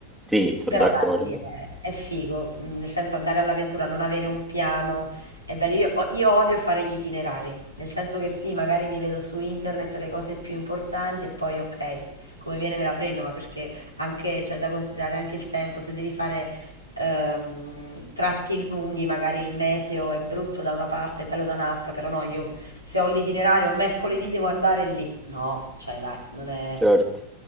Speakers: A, in the centre; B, on the right.
A: Sì, sono
B: Però
A: d'accordo,
B: dai, sì, è, è figo, mm, nel senso andare all'avventura, non avere un piano, è bello. Io, o- io odio fare gli itinerari, nel senso che sì, magari mi vedo su internet le cose più importanti e poi ok, come viene me la prendo, ma perché anche c'è da considerare anche il tempo, se devi fare ehm, tratti lunghi, magari il meteo è brutto da una parte, è bello da un'altra, però no, io se ho l'itinerario mercoledì devo andare lì, no, cioè dai, non è
A: certo.